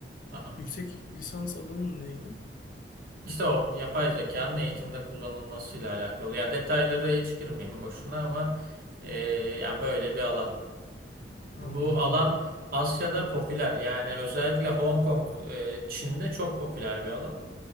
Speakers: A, on the right; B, on the left.
A: Aha.
B: Yüksek lisans alanın neydi?
A: İşte o yapay zekanın eğitimde kullanılmasıyla alakalı. Ya detayları hiç girmeyeyim boşuna ama e, yani böyle bir alan.
B: Ha,
A: Bu
B: anladım.
A: alan Asya'da popüler. Yani özellikle Hong Kong, e, Çin'de çok popüler bir alan.